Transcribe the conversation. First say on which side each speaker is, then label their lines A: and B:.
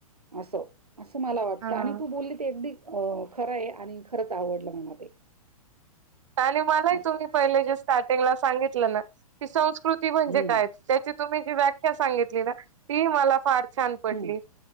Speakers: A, on the right; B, on the right.
A: असं असं मला वाटतं
B: हा
A: आणि तू बोलली ते एकदी अं खरंय आणि खरंच आवडलं म्हणां ते.
B: आणि मलाही
A: असं.
B: तुम्ही पहिले जे स्टार्टिंगला सांगितलं ना की स्वंवूस कृती म्हणजे
A: हं.
B: काय त्याची तुम्ही जी व्याख्या सांगितली ना, ती मला फार छान पटली
A: हं.